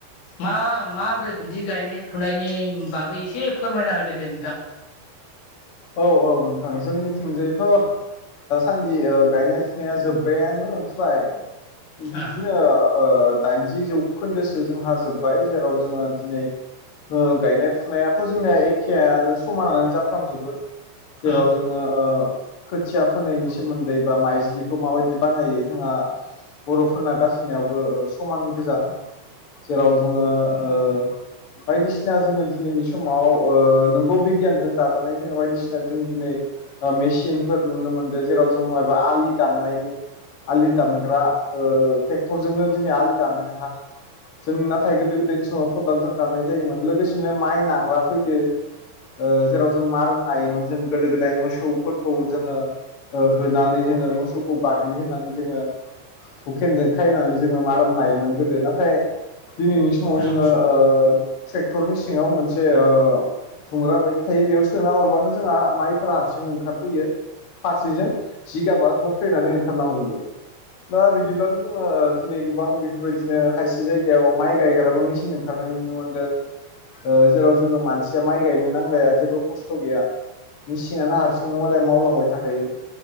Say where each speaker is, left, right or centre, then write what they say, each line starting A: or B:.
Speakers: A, on the left (about 80°); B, on the left (about 55°).
A: मा माब्रै बिदि गायनाय फुनायनि बागै एसे फोरमायना होदो दे नोंथां।
B: औ-औ नोंथां। जोंनिथिंजायथ' दासानदि ओ गायनाय फुनाया जोब्बायानो फ्राय बिदिनो
A: ओ
B: ओ दाइनजि जौखोन्दोसो जोंहा जोबबाय जेराव जोङो दिनै ओ गायनाय फुनायाथ' जोंनिया एखेयानो समानानो जाफ्रामजोबो। जेराव
A: ओं
B: जोङो ओ <unintelligible> खोथिया फोनायनि सोमोन्दै बा! माइज्लिखौ माबायदि बानायो जोंहा? बर'फोरना गाससिनायावबो समान गोजा। जेराव जोङो ओ बायदिसिना जोङो दिनैनि समाव ओ नोंगौ बिगियानजों दाजानाय जोङो बायदिसिना ना जों दिनै मेसिनफोर नुनो मोन्दों जेराव जोङो मबा आलि दाननायनो आलि दानग्रा ओ ट्रेक्टरजोंनो दिनै आलि दानो। हा जों नाथाय गोदो-गोदायनि समाव खदालजों दाननाय जायोमोन लोगोसेनो माइ नाग्ग्रा फैदों। ओ जेराव जों मार होननो हायोमोन जों गोदो गोदाय मोसौफोरखौ जोङो ओ होनानै जोंङो मोसौखौ गाग्लिहोनानै जोंङो हुकेनजों खायनानै जोंङो मा राननो हायोमोन गोदो नाथाय दिनैनि समाव
A: ओं
B: जोंङो ओ ट्रेक्टरनि सिङाव मोनसे ओ थुंग्रा बायदि थायो बेयाव सोना हरबानो नो जोंहा माइफोरा हारसिंनो ओंखारबोयो फारसेजों जिगाबा ज फैनानै ओंखारलांजोबो दा बिदिब्लाथ जोंङो दिनै गोबां बेफोरबायदिनो खायसे जायगायाव माइ गायग्राबो मेसिन ओंखारनाय नुनो मोनदों ओ जेराव जोंङो मानसिया माइ गायनो नांलाया जेबो खस्थ गैया। मिसिनानो हारसिङनो मालाय मावलांबाय थाखायो